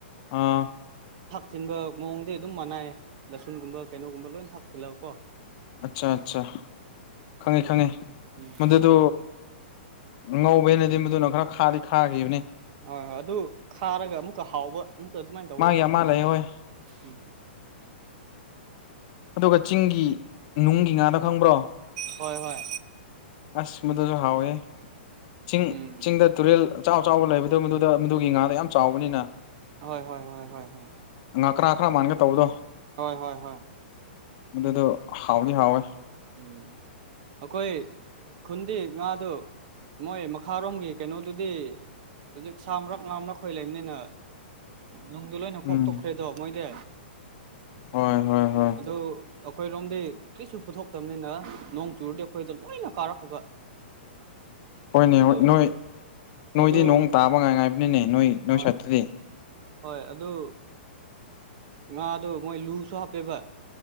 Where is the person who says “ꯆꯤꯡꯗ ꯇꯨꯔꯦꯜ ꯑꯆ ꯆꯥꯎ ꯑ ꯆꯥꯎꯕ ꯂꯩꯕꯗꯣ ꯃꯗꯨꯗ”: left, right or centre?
Left